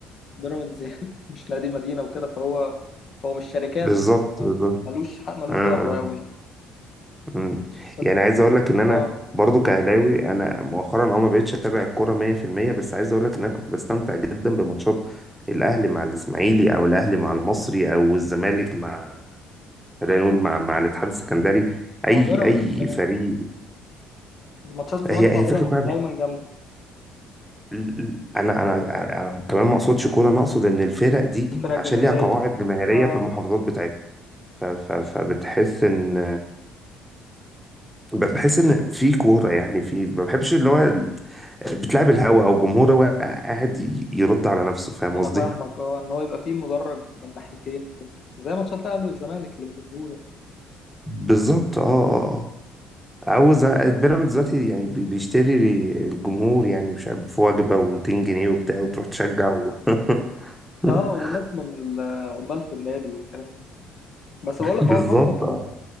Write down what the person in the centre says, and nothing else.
بالظبط
بالظبط
آه،
آه،
م.
يعني عايز اقول لك ان انا
برضو كاهلاوي انا مؤخرا اه ما بقتش اتابع الكوره 100% بس عايز اقول لك ان انا كنت بستمتع جدا بماتشات الاهلي مع الاسماعيلي او الاهلي مع المصري او الزمالك مع خلينا نقول مع مع الاتحاد السكندري اي
اي
فريق
هي هي
فكره
كويسه
بح-
ال- ال- انا انا انا كمان ما اقصدش كوره انا اقصد ان الفرق دي
عشان
ليها قواعد جماهيريه
في المحافظات بتاعتها ف- ف- فبتحس ان ب- بحس ان في كوره يعني في ما بحبش اللي هو ال- بتلعب الهوا او جمهور هو قاعد ي- يرد على نفسه فاهم
قصدي
بالظبط اه اه اه عاوز أ- بيراميدز دلوقتي يعني بي- بيشتري الجمهور يعني مش عارف في وجبه و200 جنيه وبتاع وتروح تشجع و... <laughs>
بالظبط